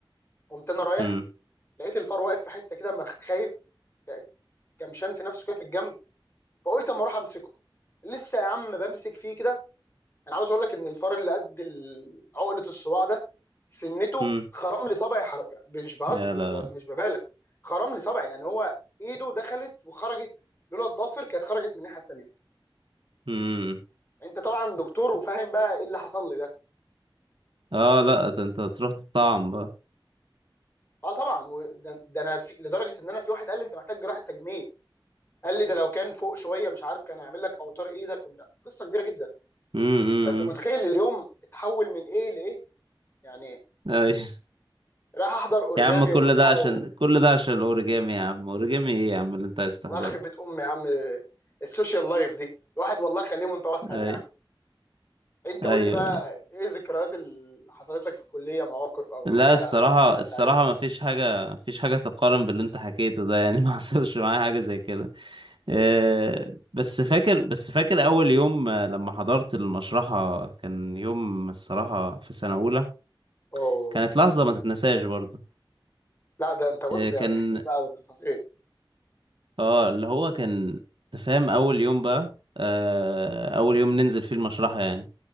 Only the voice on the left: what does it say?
قمت انا رايح
لقيت الفار واقف في حته كده مخ- خايف ك- كمشان في نفسه كده في الجنب فقلت اما اروح امسكه لسه يا عم بمسك فيه كده انا عاوز اقول لك ان الفار اللي قد ال- عقله الصباع ده سنته
خرم لي صبعي حر... مش بهز
مش
ب... مش ببالغ خرم لي صبعي يعني هو ايده دخلت وخرجت لولا الضافر كانت خرجت من الناحيه التانيه
انت طبعا دكتور وفاهم بقى ايه اللي حصل لي ده
اه طبعا و- ده, ده انا في لدرجه ان انا في واحد قال لي انت محتاج جراحه تجميل قال لي ده لو كان فوق شويه مش عارف كان هيعمل لك اوتار ايدك ومش عارف. قصه كبيره جدا
فانت متخيل اليوم اتحول من ايه لايه يعني
رايح احضر اوريجامي
وبتاع
و...
الله
يخرب بيت امي يا عم السوشيال لايف دي الواحد والله خليه متوسهل
يعني انت
قول لي بقى
ايه الذكريات اللي حصلت لك في الكليه مواقف او
حاجه
حزينه سعيده
اوه
لا ده انت بص
يعني احكي لي بقى بالتفاصيل